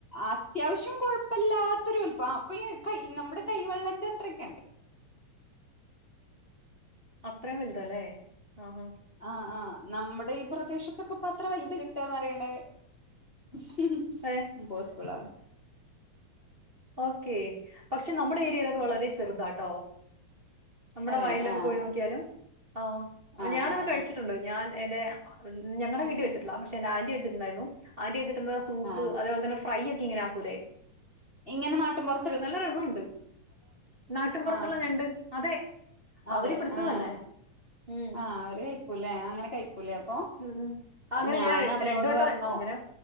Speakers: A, on the left (about 25°); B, on the right (about 25°).
A: അത്യാവശ്യം കൊഴപ്പല്ലാത്തൊരു വൽപം. അപ്പ ഈ കൈ നമ്മുടെ കൈവെള്ളന്റെ അത്രൊക്കെണ്ട്.
B: അത്രയും വല്താല്ലേ ആഹാ.
A: ആഹ് ആഹ് നമ്മടെ ഈ പ്രദേശത്തൊക്കെ പ്പ അത്ര വലുത് കിട്ടാന്ന് പറിണത്. മം ഹ്
B: പ്പേ
A: ഇംപോസിബ്ളാണ്.
B: ഓക്കേ. പക്ഷെ നമ്മുടെ ഏരിയേലൊക്കെ
A: ഉം
B: വളരെ ചെറുതാട്ടോ. നമ്മുടെ
A: അതെ
B: വയലൊക്കെ
A: ആഹ്
B: പോയി നോക്കിയാലും, ആഹ്
A: ആഹ്
B: ഞാനത്
A: ആഹ്
B: കഴിച്ചിട്ടുണ്ട്. ഞാൻ എന്റെ ഞങ്ങടെ
A: ആഹ്
B: വീട്ടി വെച്ചിട്ടില്ല. പക്ഷെ എന്റെ ആന്റി വെച്ചിട്ട്ണ്ടായിന്നു. ആന്റി വെച്ചിട്ടെന്താ സൂപ്പ്
A: ആഹ്
B: അതേപോലെ തന്നെ ഫ്രൈയൊക്കെ ഇങ്ങനെ ആക്കൂലേ
A: ഇങ്ങനെ നാട്ടും പൊർ
B: നല്ല രസവുണ്ട്. നാട്ടിൻ പൊറത്ത്ള്ള
A: ആഹ്
B: ഞണ്ട്. അതെ.
A: അതെ
B: അവര് പിടിച്ചത്
A: ഏഹ്.
B: തന്നെ ഉം
A: ആഹ് അവര് കഴിക്കുലേ അങ്ങനെ കഴിക്കുലേ അപ്പൊ.
B: ഉം ഉം അങ്ങനെ
A: ഞാനവനോട്
B: ഞാൻ രണ്ടു വട്ടം
A: പറഞ്ഞു.
B: അങ്ങനെ